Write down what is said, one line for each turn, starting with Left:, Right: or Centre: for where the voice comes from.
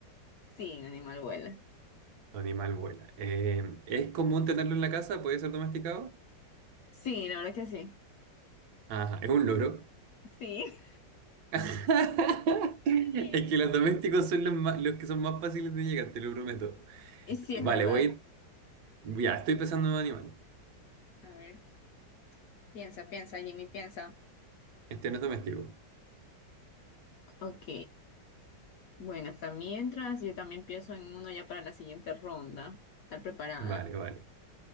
Left: Sí, un animal vuela.
Right: Tu animal vuela. Eh, ¿es común tenerlo en la casa? ¿Puede ser domesticado?
Left: Sí, la verdad que sí.
Right: Ajá, es un loro.
Left: Sí.
Right: <laughs> Es
Left: <laughs>
Right: que los domésticos son los, más- los que son más fáciles de llegar, te lo prometo.
Left: Y sí,
Right: Vale,
Left: es verdad.
Right: voy. Ya, estoy pensando en un animal.
Left: A ver, piensa, piensa, Jimmy, piensa.
Right: Este no es doméstico.
Left: Ok. Bueno, hasta mientras yo también pienso en uno ya para la siguiente ronda. Estar preparada.
Right: Vale, vale.